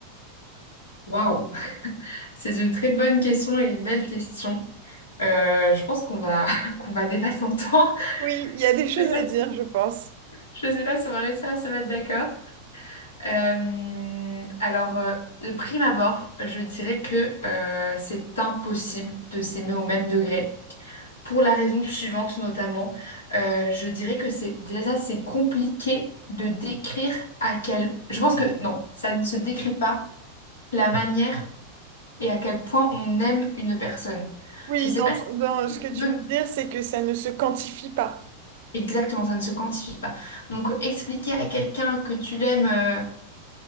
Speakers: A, on the left; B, on the right.
A: Waouh, c'est une très bonne question et une belle question. Euh, je pense qu'on va <laughs> qu'on va débattre longtemps. <laughs>
B: Oui, il y a des
A: Je
B: choses
A: sais pas
B: à dire,
A: si,
B: je pense.
A: je sais pas si on va réussir à se mettre d'accord. Euh, alors, euh, de prime abord, je dirais que euh, c'est impossible de s'aimer au même degré. Pour la raison suivante, notamment, Euh, je dirais que c'est déjà c'est compliqué de décrire à quel. Je pense que non, ça ne se décrit pas la manière et à quel point on aime une personne.
B: Oui,
A: Je ne
B: dans,
A: sais pas
B: ton-
A: si
B: dans ce
A: tu
B: que tu
A: veux
B: veux dire, c'est que ça ne se quantifie pas.
A: exactement, ça ne se quantifie pas. Donc, expliquer à quelqu'un que tu l'aimes euh,